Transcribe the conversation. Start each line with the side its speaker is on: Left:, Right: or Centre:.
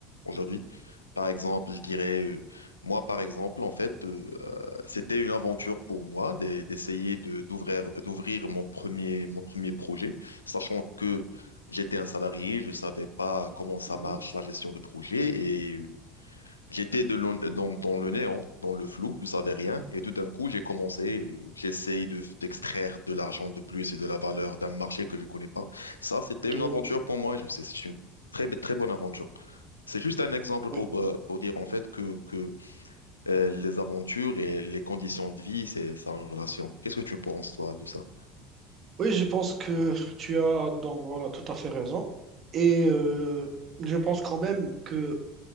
Left: aujourd'hui. Par exemple, je dirais, euh, moi, par exemple, en fait, euh, euh, c'était une aventure pour moi d'e- d'essayer de d'ouvrir d'ouvrir mon premier mon premier projet, sachant que J'étais un salarié, je savais pas comment ça
Right: mhm,
Left: marche la gestion de projet et. euh, J'étais de l'on- dans, dans le néant, dans le flou, je savais rien. Et tout d'un coup, j'ai commencé, euh, j'essaye de, d'extraire de l'argent de plus et de la valeur d'un marché que je connais pas. Ça, c'était une
Right: oui,
Left: aventure
Right: oui,
Left: pour moi. Je sais, c'est une très, très bonne aventure. C'est juste un exemple
Right: oui.
Left: pour, euh, pour dire en fait que, que euh, les aventures et les conditions de vie, c'est ça en relation. Qu'est-ce que tu penses, toi, de ça?
Right: Oui, je pense que tu as donc voilà tout à fait raison. Et euh, je pense quand même que